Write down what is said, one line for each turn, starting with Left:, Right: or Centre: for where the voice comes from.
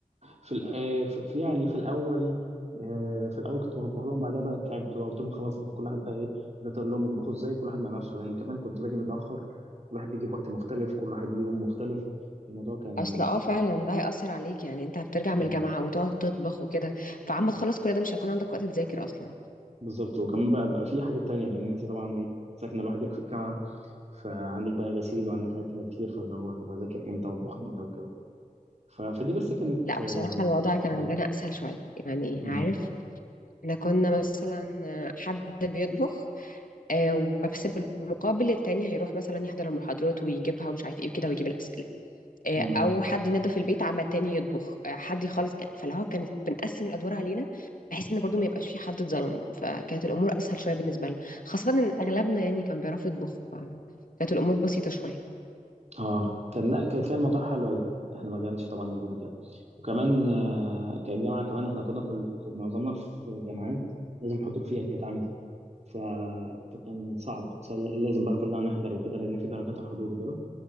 Right: في, الأ... آه، في يعني في الاول آه، في الاول كنت بطبخ لهم بعدها بقى تعبت وقلت لهم خلاص كل واحد بقى ايه بدات اقول لهم يطبخوا ازاي كل واحد مع نفسه لان كمان كنت باجي متاخر كل واحد بيجي في وقت مختلف كل واحد ليه يوم مختلف الموضوع كان
Left: اصل اه فعلا ده هيأثر عليك يعني انت هترجع من
Right: آه،
Left: الجامعة وتقعد تطبخ وكده فعما تخلص كل ده مش هيكون عندك وقت تذاكر اصلا
Right: بالظبط وكمان بقى بقى في حاجات تانية لأن أنت طبعا إيه ساكنة لوحدك في الجامعة فعندك بقى غسيل وعندك حاجات تانية كتير فاللي هو طب أذاكر إمتى أطبخ إمتى وكده ف... فدي بس كانت
Left: لا
Right: آه
Left: بصراحة الوضع كان
Right: آه
Left: عندنا اسهل شوية يعني
Right: مم.
Left: عارف احنا كنا مثلا آه، حد بيطبخ آه، وبس بالمقابل التاني هيروح مثلا يحضر المحاضرات ويجيبها ومش عارف ايه وكده ويجيب الأسئلة آه،
Right: مم.
Left: او حد ينظف البيت عما التاني يطبخ آه، حد يخلص فاللي هو كانت بنقسم الادوار علينا بحيث ان برضو ما يبقاش في حد اتظلم فكانت الامور اسهل شويه بالنسبه لنا خاصه ان اغلبنا يعني كان بيعرفوا يطبخوا فكانت الامور بسيطه شويه
Right: آه، كان لا كان كان الموضوع حلو أوي إحنا ما كانش طبعا عندنا كده وكمان آه كان الجامعة كمان إحنا كنا كل معظمنا في جامعات لازم حضور فيها كانت عملي ف... فكان صعب صل- لازم بقى كلنا نحضر وكده لأن في درجات الحضور وكده